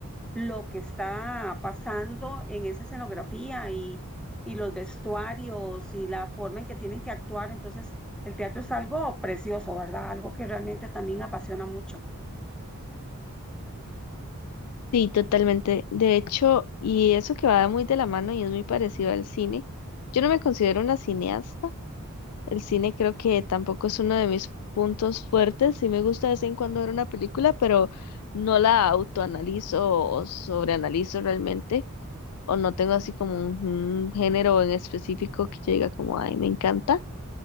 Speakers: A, in the centre; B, on the left (about 85°).
A: lo que está pasando en esa escenografía y, y los vestuarios y la forma en que tienen que actuar. Entonces, el teatro es algo precioso, ¿verdad? Algo que realmente también apasiona mucho.
B: Sí, totalmente. De hecho, y eso que va muy de la mano y es muy parecido al cine, yo no me considero una cineasta. El cine creo que tampoco es uno de mis puntos fuertes. Sí me gusta de vez en cuando ver una película, pero no la autoanalizo o sobreanalizo realmente, o no tengo así como un, un género en específico que yo diga como, ay, me encanta.